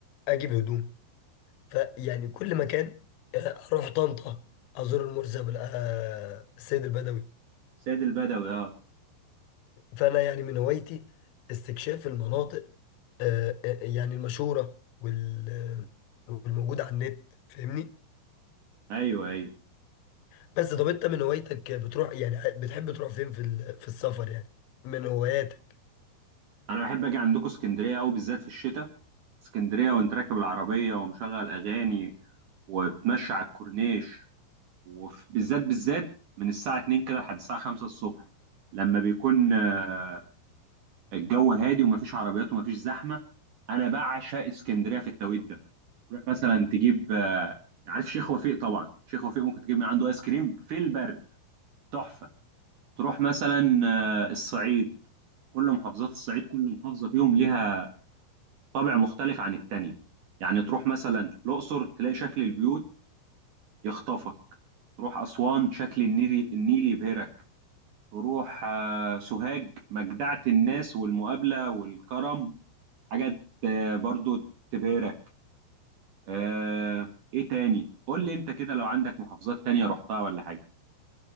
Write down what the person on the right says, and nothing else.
سيد البدوي اه
ايوه ايوه
انا بحب اجي عندكم اسكندريه قوي بالذات في الشتاء اسكندريه وانت راكب العربيه ومشغل اغاني وبتمشي على الكورنيش وبالذات بالذات من الساعه 2 كده لحد الساعه 5 الصبح لما بيكون آه، الجو هادي ومفيش عربيات ومفيش زحمه انا بعشق اسكندريه في التوقيت ده تروح مثلا تجيب آه، عارف شيخ وفيق طبعا شيخ وفيق ممكن تجيب من عنده ايس كريم في البرد تحفه تروح مثلا آه، الصعيد كل محافظات الصعيد كل محافظه فيهم ليها طابع مختلف عن التانية يعني تروح مثلا الاقصر تلاقي شكل البيوت يخطفك تروح اسوان شكل النيل النيل يبهرك تروح آه، سوهاج مجدعه الناس والمقابله والكرم حاجة آه، برضو تبهرك آه، ايه تاني قول لي انت كده لو عندك محافظات تانية رحتها ولا حاجة